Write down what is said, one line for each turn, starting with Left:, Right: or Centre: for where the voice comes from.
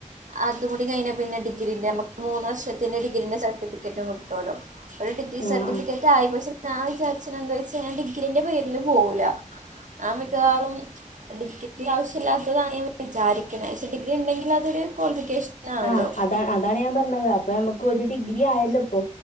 Right: അതും കൂടി കഴിഞ്ഞ പിന്നെ ഡിഗ്രീന്റെ നമ്മുക്ക് മൂന്ന് വർഷത്തിന്റെ ഡിഗ്രീന്റെ സർട്ടിഫിക്കറ്റും കിട്ടുവല്ലോ ഒരു ഡിഗ്രി
Left: ആഹ്
Right: സർട്ടിഫിക്കറ്റ്
Left: ആഹ്
Right: ആയി പക്ഷെ ഞാൻ വിചാരിച്ച എന്താ വെച്ചാ ഞാൻ ഡിഗ്രീന്റെ പേരിൽ പോകൂല ഞാൻ മിക്കവാറും ഡിഗ്രി ആവശ്യമില്ലാത്തതാണ് വിചാരിക്കണേ പക്ഷെ ഡിഗ്രി ഉണ്ടെങ്കിൽ അതൊരു ക്വാളിഫിക്കേഷനാണല്ലോ
Left: ആഹ് അതാ അതാണ് ഞാൻ പറഞ്ഞത് അപ്പൊ നമുക്ക് ഒരു ഡിഗ്രി ആയല്ലോ ഇപ്പൊ